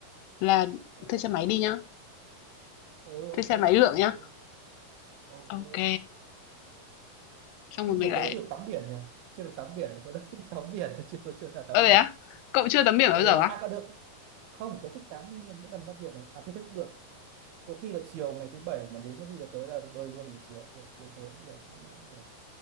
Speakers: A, on the left; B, on the right.
A: là
B: đó
A: thuê xe máy đi nhá
B: ừ ok
A: thuê xe máy
B: sao
A: lượn
B: mà
A: nhá
B: đi ok
A: ok xong rồi
B: nhưng
A: mình
B: mà
A: lại
B: tớ chưa được tắm biển nhỉ chưa được tắm biển tớ đã thích tắm biển tớ chưa chưa đã tắm
A: ơ đấy
B: biển
A: á cậu chưa tắm biển
B: ừ,
A: bao giờ á
B: à có được không tớ thích tắm nhưng mà mỗi lần tắm biển là à tớ thích được có khi là chiều ngày thứ bảy mà đến có khi là tớ ra bơi luôn buổi chiều được chiều tối cũng được mát mát cũng được